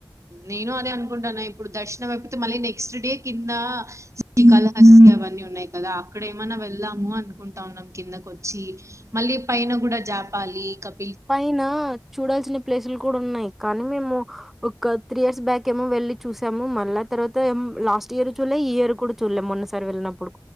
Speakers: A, on the right; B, in the centre.
A: నేను అదే అనుకుంటాన్నా, ఇప్పుడు దర్శనం అయిపోతే మళ్ళీ నెక్స్ట్ డే కింద శ్రీకాళహస్తి అవన్నీ ఉన్నాయి, కదా అక్కడ ఏమైన్నా వెళ్దాము అనుకుంటాన్నాం కిందక వచ్చి, మళ్ళీ పైన కూడా జాపాలి కబ్
B: పైన చూడాల్సిన ప్లేసుల ఇప్పుడు కూడా ఉన్నాయి, కానీ మేము ఒక త్రీ ఇయర్స్ బ్యాక్ ఏమో వెళ్ళి చూసాము, మళ్ళా తర్వాత లాస్ట్ ఇయర్ చూడలే ఈ ఇయర్ కూడా చూడలేము మొన్నసారి వెళ్ళినప్పుడు